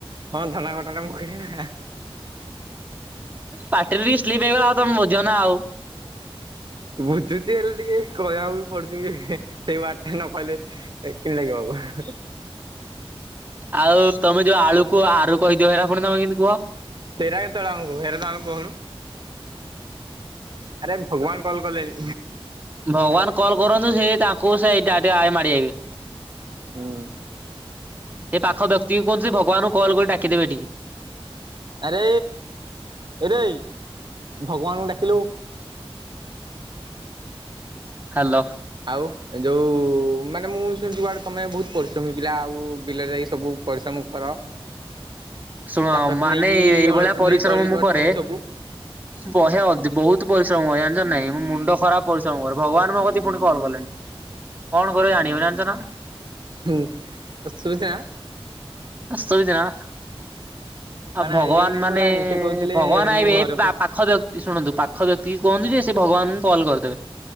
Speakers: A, on the right; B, on the right.
A: ହଁ ଧାନ କଟା ଟା ମୁଁ କରେ ନା,
B: ପାଟିରେ ବି ସ୍ଲିପ ହେଇଗଲା ଆଉ ତମେ ବୁଝିବ ନା ଆଉ।
A: ବୁଝୁଛି ହେଲେ ଟିକେ କହିଆକୁ ବି ପଡୁଛି ହେ ସେଇ ୱାର୍ଡଟା ନ କହିଲେ ଏ କିନ୍ ଲାଗିବ ଅଭା
B: ଆଉ ତମେ ଯୋଉ ଆଳୁ କୁହ ଆରୁ କହିଦିଅ ସେଇଟା ପୁଣି ତମେ କିନ୍ତି କୁହ?
A: ସେଇଟା କେତେବେଳେ ଆମକୁ ସେଇଟା ତ ଆମେ କହୁନୁ ଆରେ ଭଗବାନ କଲ କଲେଣି।
B: ଭଗବାନ କଲ୍ କରନ୍ତୁ ସେ ତାଙ୍କୁ ସେଇଟା ଟିକେ ଆଡେ ମାଡି ଆଇବେ।
A: ହୁଁ
B: ଏପାଖ ବ୍ୟକ୍ତିକୁ କୁହନ୍ତୁ ସେ ଭଗବାନଙ୍କୁ କଲ କରି ଡାକିଦେବେ ଏଠିକି।
A: ଆରେ ଏରେ ଭଗବାନଙ୍କୁ ଡାକିଲୁ।
B: ହ୍ୟାଲୋ।
A: ଆଉ ଯୋଉ ମାନେ ମୁଁ ଶୁଣିଛି କୁଆଡେ ତମେ ବହୁତ ପରିଶ୍ରମୀ ପିଲା ଆଉ ବିଲରେ ଯାଇ ସବୁ ପରିଶ୍ରମ କର।
B: ଶୁଣ
A: ଚାଷଠୁ
B: ମାନେ
A: ନେଇକି
B: ଏଇଭଳିଆ
A: ହଳଠୁ
B: ପରିଶ୍ରମ
A: ନେଇକି ତଳି ରୁଆଠୁ
B: ମୁଁ କରେ
A: ନେଇକି ସବୁ
B: ବହେ ଅଧି ବହୁତ୍ ପରିଶ୍ରମ କରେ ଜାଣିଚ ନା ନାଇଁ ମୋ ମୁଣ୍ଡ ଖରାପ ପରିଶ୍ରମ କରେ ଭଗବାନ ମୋ କତିକି ପୁଣି କଲ୍ କଲେଣି। କଣ କରିବ ଜାଣିହଉନି ଜାଣିଚ ନା
A: ହୁଁ ଅସୁବିଧା
B: ଅସୁବିଧା ଆଉ ଭଗବାନ
A: ଆଇବେ କି ନାହିଁ
B: ମାନେ
A: କେଜାଣି ସେ କହୁଥିଲେ
B: ଭଗବାନ
A: ମୁଁ
B: ଆଇବେ
A: ଘରେ
B: ଏ ପା
A: ପଛ
B: ପାଖ ଯ ଶୁଣନ୍ତୁ ପାଖ ଜାତିକୁ କୁହନ୍ତୁ ଯେ ସେ ଭଗବାନଙ୍କୁ କଲ୍ କରିଦେବେ।